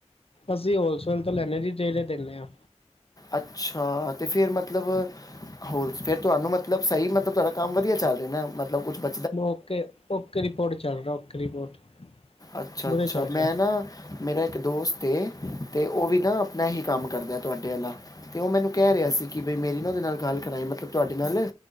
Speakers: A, on the left; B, on the left.
A: ਅਸੀਂ ਹੋਲਸੇਲ ਤੋਂ ਲੈੈਂਨੇ ਜੀ ਰੀਟੇਲ ਵਿੱਚ ਦੇਨੇ ਹਾਂ।
B: ਅੱਛਾ ਤੇ ਫੇਰ ਮਤਲਬ ਹੋਰ ਫੇਰ ਤੁਹਾਨੂੰ ਮਤਲਬ ਸਹੀ ਮਤਲਬ ਤੁਹਾਡਾ ਕੰਮ ਵਧੀਆ ਚੱਲ ਰਿਹਾ ਨਾ ਮਤਲਬ ਕੁਛ ਬ-
A: ਬ ਓਕੇ-ਓਕੇ ਰਿਪੋਰਟ ਚੱਲ ਰਿਹਾ ਓਕੇ ਰਿਪੋਰਟ।
B: ਅੱਛਾ-
A: ਵਧੀਆ
B: ਅੱਛਾ
A: ਚੱਲ ਰਿਹਾ
B: ਮੈਂ ਨਾ ਮੇਰਾ ਇੱਕ ਦੋਸਤ ਏ ਤੇ ਉਹ ਵੀ ਨਾ ਆਪਣਾ ਹੀ ਕੰਮ ਕਰਦਾ ਤੁਹਾਡੇ ਆਲਾ। ਤੇ ਉਹ ਮੈਨੂੰ ਕਹਿ ਰਿਹਾ ਸੀ ਕਿ ਬਈ ਮੇਰੀ ਨਾ ਉਹਦੇ ਨਾਲ ਗੱਲ ਕਰਾਈ ਮਤਲਬ ਤੁਹਾਡੇ ਨਾਲ।